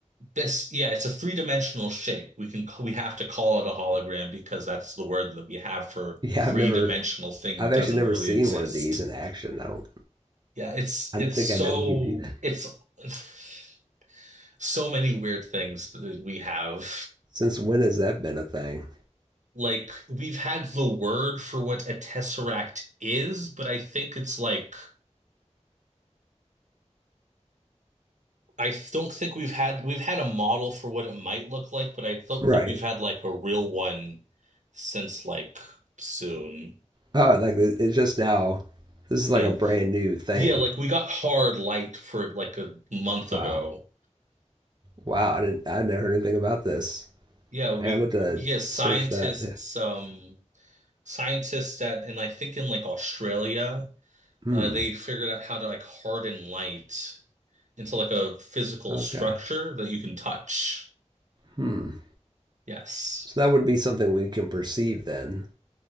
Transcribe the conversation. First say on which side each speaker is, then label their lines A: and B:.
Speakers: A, on the right (about 75°); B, on the right (about 35°).
A: This yeah, it's a three-dimensional shape. We can we have to call it a hologram because that's the word that we have for
B: Yeah,
A: three-dimensional
B: I've never,
A: thing
B: I've
A: that
B: actually
A: doesn't
B: never
A: really
B: seen
A: exist.
B: one of these in action. I don't,
A: Yeah, it's
B: I
A: it's
B: don't think
A: so
B: I know we could do that.
A: it's <sighs> so many weird things that we have.
B: Since when has that been a thing?
A: Like we've had the word for what a tesseract is, but I think it's like I don't think we've had we've had a model for what it might look like, but I don't
B: Right.
A: think we've had like a real one since like soon.
B: Oh, like it- it's just now. This is like
A: Yeah.
B: a brand new thing.
A: Yeah, like we got hard light for like a month
B: Wow.
A: ago.
B: Wow. I didn't, I never heard anything about this.
A: Yeah, we
B: Man, I'm going to
A: yeah, scientists
B: search that.
A: um scientists at and I think in like Australia
B: <laughs> Hmm.
A: uh, they figured out how to like harden light into like a physical
B: Okay.
A: structure that you can touch.
B: Hmm.
A: Yes.
B: So that would be something we can perceive then